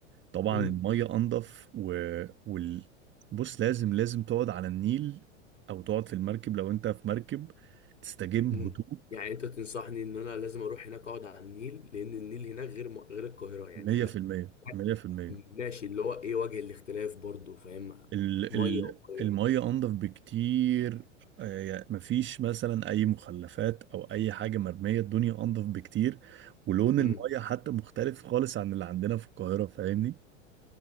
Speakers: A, on the right (about 30°); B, on the left (about 85°).
A: طبعا
B: امم
A: الميه انضف و... وال... بص لازم لازم تقعد على النيل او تقعد في المركب لو انت في مركب تستجم
B: امم
A: هدوء
B: يعني انت تنصحني ان انا لازم اروح هناك اقعد على النيل لان النيل هناك غير م... غير القاهره يعني
A: 100%
B: هناك
A: 100%
B: ماشي اللي هو ايه وجه الاختلاف برضو فاهم
A: ال
B: ميه
A: ال
B: وميه
A: المية أنضف بكتير آه، يعني مفيش مثلا أي مخلفات أو أي حاجة مرمية الدنيا أنضف بكتير ولون
B: امم
A: المية حتى مختلف خالص عن اللي عندنا في القاهرة فاهمني